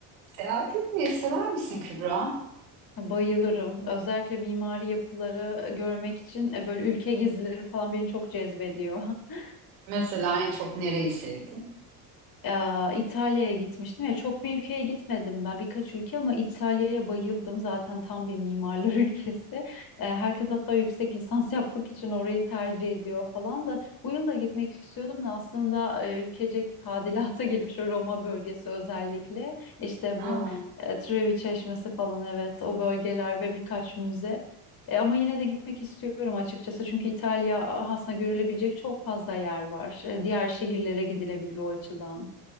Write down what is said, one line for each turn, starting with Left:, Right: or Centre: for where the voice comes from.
Right: Seyahat etmeyi sever misin Kübra?
Left: Bayılırım. Özellikle mimari yapıları e, görmek için e, böyle ülke gezileri falan beni çok cezbediyor. <laughs>
Right: Mesela en çok nereyi sevdin?
Left: Eee, İtalya'ya gitmiştim ya çok bir ülkeye gitmedim ben birkaç ülke ama İtalya'ya bayıldım zaten tam bir mimarlar <laughs> ülkesi. Eee, herkes hatta yüksek lisans <laughs> yapmak için orayı tercih ediyor falan da bu yıl da gitmek istiyordum da aslında eee, ülkecek tadilata <laughs> girmiş o Roma bölgesi özellikle işte bu
Right: Aa,
Left: eee, Trevi Çeşmesi falan evet o bölgeler ve birkaç müze. E, ama yine de gitmek istiyorum açıkçası çünkü İtalya aslında görülebilecek çok fazla yer var. E, diğer şehirlere gidilebilir o açıdan.